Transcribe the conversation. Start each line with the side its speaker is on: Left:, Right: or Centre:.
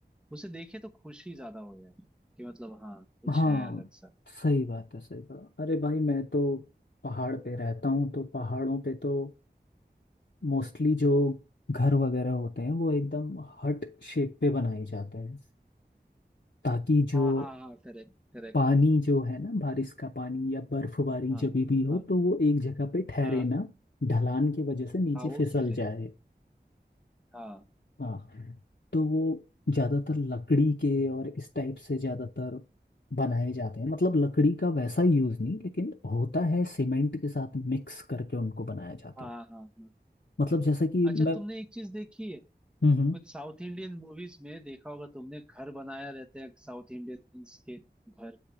Centre: उसे देखे तो खुशी ज्यादा हो यार कि मतलब हाँ कुछ
Left: हाँ
Centre: है अलग सा
Left: सही बात है सही बात अरे भाई मैं तो पहाड़ पे रहता हूँ तो पहाड़ों पे तो मोस्टली जो घर वगैरह होते हैं वो एकदम हट शेप पे बनाए जाते हैं ताकि जो
Centre: हाँ हाँ हाँ करेक्ट करेक्ट
Left: पानी जो है ना बारिश का पानी या बर्फबारी
Centre: हाँ
Left: जब भी हो
Centre: हाँ
Left: तो वो एक जगह पे ठहरे
Centre: हाँ
Left: ना ढलान की वजह से नीचे
Centre: हाँ वो
Left: फिसल
Centre: गिर रहे
Left: जाए
Centre: हाँ
Left: हाँ तो वो ज़्यादातर लकड़ी के और इस टाइप से ज़्यादातर बनाए जाते हैं मतलब लकड़ी का वैसा यूज़ नहीं लेकिन होता है सीमेंट के साथ मिक्स करके उनको बनाया जाता
Centre: हाँ
Left: है
Centre: हाँ हाँ
Left: मतलब जैसे कि
Centre: अच्छा
Left: मैं
Centre: तुमने एक चीज देखी है
Left: हम्म हम्म
Centre: कुछ साउथ इंडियन मूवीज में देखा होगा तुमने घर बनाया रहते हैं साउथ इंडियंस के घर